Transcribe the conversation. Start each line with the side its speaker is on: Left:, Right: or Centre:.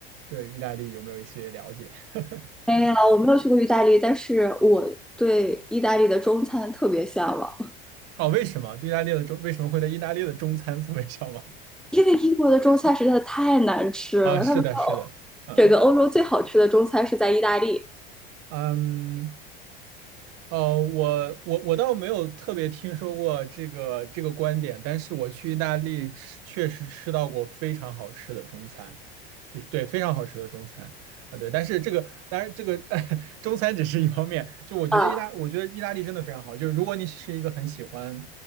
Right: 对意大利有没有一些了解？<laughs>
Centre: 没有，我没有去过意大利，但是我对意大利的中餐特别向往，
Right: 哦，为什么对意大利的中为什么会在意大利的中餐 <laughs> 特别向往？
Centre: <laughs> 因为英国的中餐实在太难吃了。
Right: 啊，是的，
Centre: 他们说欧
Right: 是的，嗯。
Centre: 整个欧洲最好吃的中餐是在意大利
Right: 嗯，呃，我我我倒没有特别听说过这个这个观点，但是我去意大利吃，确实吃到过非常好吃的中餐，就是对非常好吃的中餐啊，对，但是这个当然这个 <laughs> 中餐只是一方面，就我觉得意大我觉得意大利真的非常好，
Centre: 啊，
Right: 就是如果你是一个很喜欢